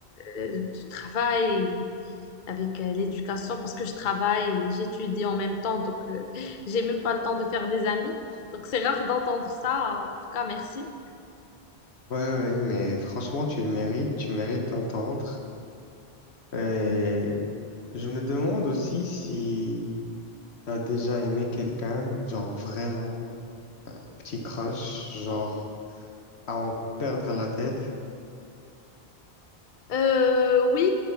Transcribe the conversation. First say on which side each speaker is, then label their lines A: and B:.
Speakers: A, on the left; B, on the left.
A: euh, du travail. avec euh, l'éducation parce que je travaille et j'étudie en même temps, donc euh, <laughs> j'ai même pas le temps de faire des amis. Donc c'est rare d'entendre ça. En tout cas, merci.
B: ouais, ouais, mais franchement, tu le mérites, tu mérites d'entendre. Et je me demande aussi si t'as déjà aimé quelqu'un, genre vraiment. Euh, Petit crash, genre à en perdre la tête.
A: Euh, oui,